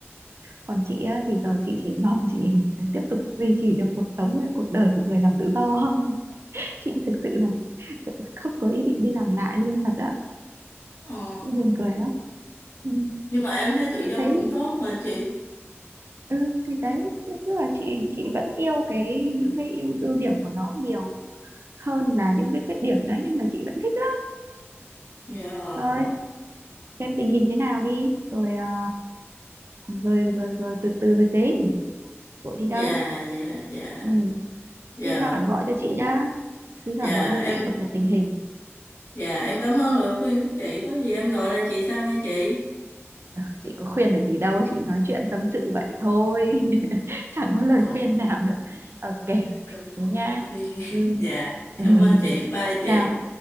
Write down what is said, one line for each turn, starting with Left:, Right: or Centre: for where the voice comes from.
Right: còn chị á, thì giờ chị chỉ mong chị <laughs> tiếp tục duy trì được cuộc sống cuộc đời của người làm tự do <laughs> chị thực sự là <laughs> không có ý định đi làm lại luôn thật á
Left: Ồ
Right: cũng buồn cười lắm ừ.
Left: nhưng mà em thấy tự
Right: chị
Left: do
Right: thấy
Left: cũng tốt mà chị
Right: ừ, thì đấy tức là chị chị vẫn yêu cái những cái ưu ưu điểm của nó nhiều hơn là những cái khuyết điểm đấy nên là chị vẫn thích lắm
Left: dạ
Right: thôi xem tình hình thế nào đi rồi à, rồi rồi rồi từ từ rồi tính vội đi
Left: dạ
Right: đâu
Left: dạ dạ
Right: ừ.
Left: dạ
Right: thi thoảng gọi cho chị đã thi
Left: dạ
Right: thoảng gọi cho
Left: em
Right: chị cập nhật tình hình
Left: dạ em cảm ơn lời khuyên của chị có gì em gọi lại chị sau nghe chị
Right: Ờ, chị có khuyên được gì đâu chị nói chuyện tâm sự vậy thôi <laughs> chẳng có lời
Left: cũng
Right: khuyên
Left: cũng
Right: nào được ok
Left: cũng
Right: thế
Left: cũng
Right: nha
Left: là khuyên
Right: cứ
Left: <laughs> dạ cảm
Right: <laughs>
Left: ơn chị bye
Right: không
Left: chị
Right: sao